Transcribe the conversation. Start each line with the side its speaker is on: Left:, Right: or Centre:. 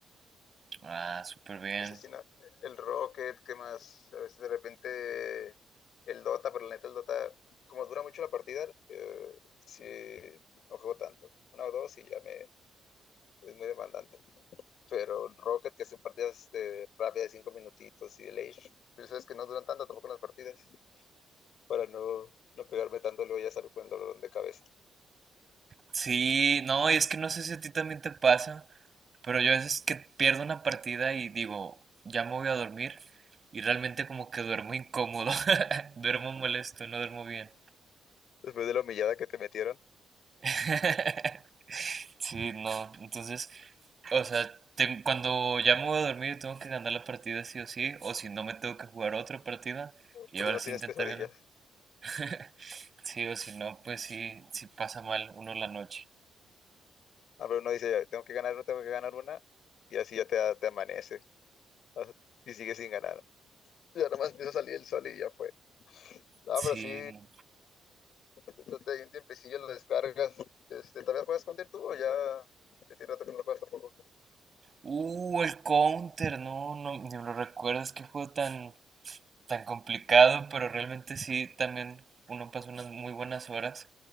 Right: Ah, súper bien.
Left: Eso sí, na- el Rocket, ¿qué más? A veces de repente el Dota, pero la neta el Dota, como dura mucho la partida, eh, sí, no juego tanto. Una o dos y ya me, es muy demandante. Pero el Rocket, que son partidas este, rápidas de cinco minutitos y el Age, pero sabes que no duran tanto tampoco las partidas, para no, no pegarme tanto, luego ya salgo con el dolor de cabeza.
Right: Sí, no, y es que no sé si a ti también te pasa, pero yo a veces que pierdo una partida y digo, ya me voy a dormir, y realmente como que duermo incómodo, <laughs> duermo molesto, no duermo bien.
Left: después de la humillada que te metieron,
Right: <laughs> Sí, no, entonces, o sea, ten- cuando ya me voy a dormir tengo que ganar la partida sí o sí, o si no me tengo que jugar otra partida y
Left: o
Right: ahora
Left: si no
Right: sí
Left: tienes
Right: intentar
Left: pesadillas.
Right: ganar. <laughs> Sí, o si no, pues sí, sí pasa mal uno la noche.
Left: Ah, pero uno dice, ya, tengo que ganar una, tengo que ganar una, y así ya te, a- te amanece as- y sigues sin ganar. Ya nomás empieza a salir el sol y ya fue. Ah,
Right: Sí,
Left: pero sí,
Right: no.
Left: te, te- un tiempecillo lo descargas. Este, ¿todavía juegas Counter tú o ya ya tiene rato que no lo juegas tampoco?
Right: Uh, el Counter, no, no, ni me lo recuerdo, es que juego tan, tan complicado, pero realmente sí, también uno pasa unas muy buenas horas,